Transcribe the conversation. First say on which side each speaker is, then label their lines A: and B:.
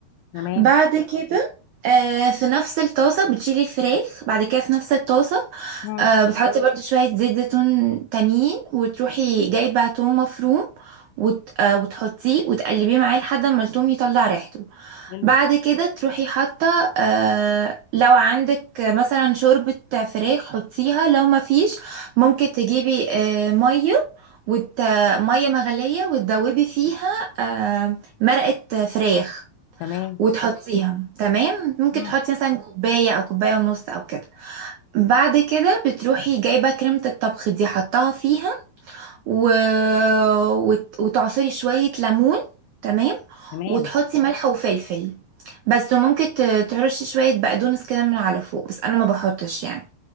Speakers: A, on the left; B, on the right.
A: تمام
B: بعد كده آه، في نفس الطاسة بتشيلي الفراخ بعد كده في نفس الطاسة
A: مم.
B: آه، بتحطي برضو شوية زيت زيتون تانيين وتروحي جايبة توم مفروم وت... آه، وتحطيه وتقلبيه معاه لحد ما التوم يطلع ريحته
A: حلو
B: بعد كده تروحي حاطه آه لو عندك مثلا شوربة فراخ حطيها لو ما فيش ممكن تجيبي آه مية وت... مية مغلية وتدوبي فيها آه مرقة فراخ
A: تمام
B: وتحطيها تمام ممكن
A: مم.
B: تحطي مثلا كوباية أو كوباية ونص أو كده بعد كده بتروحي جايبة كريمة الطبخ دي حطها فيها و... وت... وتعصري شوية ليمون تمام
A: تمام
B: وتحطي ملح وفلفل بس ممكن ت- ترشي شوية بقدونس كده من على فوق بس أنا ما بحطش يعني